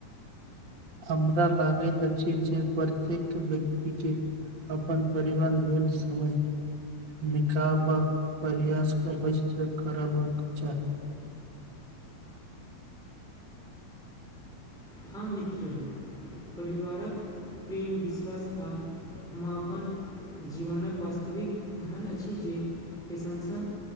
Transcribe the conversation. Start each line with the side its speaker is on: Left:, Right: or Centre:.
Right: हमरा लागैत अछि जे प्रत्येक व्यक्ति के अपन परिवार भेल समय निकाबक प्रयास अवश्य करबाक चाही
Centre: ह मित्र परिवारक प्रेम विश्वास आ आपन जीवनक वास्तविक धन अछि जे पैसा सँ